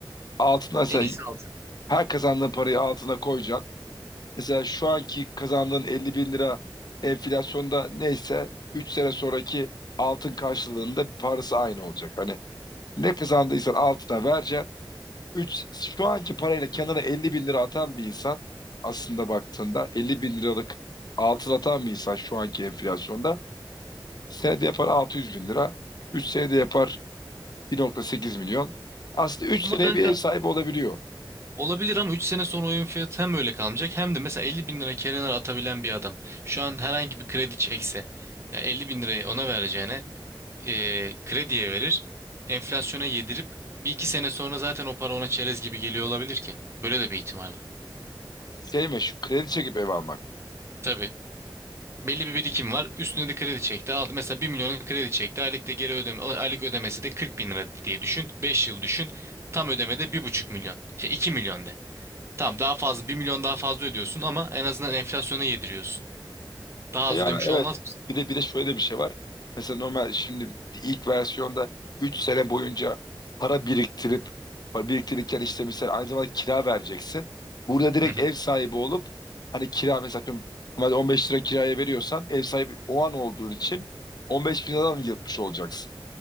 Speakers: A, on the left; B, on the right.
A: Altına sen
B: En iyisi altın.
A: her kazandığın parayı altına koyacaksın. Mesela şu anki kazandığın elli bin lira enflasyonda neyse 3 sene sonraki altın karşılığında parası aynı olacak. Hani ne kazandıysan altına vereceksin. Üç, şu anki parayla kenara 50 bin lira atan bir insan aslında baktığında 50 bin liralık altın atan bir insan şu anki enflasyonda senede yapar 600 bin lira. 3 senede yapar 1.8 milyon. Aslında 3
B: Ama
A: seneye
B: kanka
A: bir ev sahibi olabiliyor.
B: olabilir ama üç sene sonra oyun fiyatı hem öyle kalmayacak hem de mesela 50 bin lira kenara atabilen bir adam şu an herhangi bir kredi çekse ya 50 bin lirayı ona vereceğine e, krediye verir, enflasyona yedirip bir iki sene sonra zaten o para ona çerez gibi geliyor olabilir ki. Böyle de bir ihtimal var.
A: Şey meşhur kredi çekip ev almak.
B: Tabii. Belli bir birikim var. Üstüne de kredi çekti. Aldı. Mesela bir milyon kredi çekti. Aylık da geri ödeme, aylık ödemesi de 40 bin lira diye düşün. beş yıl düşün. Tam ödemede bir buçuk milyon. Şey 2 milyon de. Tamam daha fazla bir milyon daha fazla ödüyorsun ama en azından enflasyona yediriyorsun. Daha az
A: E Yani
B: ödemiş
A: evet.
B: olmaz mısın?
A: Bir de bir de şöyle bir şey var. Mesela normal şimdi ilk versiyonda 3 sene boyunca para biriktirip para biriktirirken işte mesela aynı zamanda kira vereceksin. Burada direkt
B: Hı hı.
A: ev sahibi olup hani kira mesela atıyorum, normalde 15 lira kiraya veriyorsan ev sahibi o an olduğun için 15 bin liradan yırtmış olacaksın.